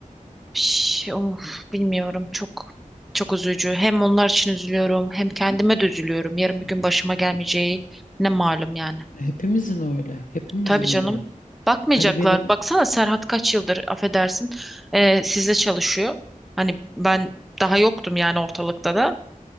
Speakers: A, in the centre; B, on the left.
A: Şş, of, bilmiyorum. Çok çok üzücü. Hem onlar için üzülüyorum, hem kendime de üzülüyorum. Yarın bir gün başıma gelmeyeceği ne malum yani.
B: Hepimizin öyle. Hepimizin
A: Tabii canım.
B: öyle.
A: Bakmayacaklar.
B: Hani benim
A: Baksana Serhat kaç yıldır affedersin e, sizle çalışıyor. Hani ben daha yoktum yani ortalıkta da.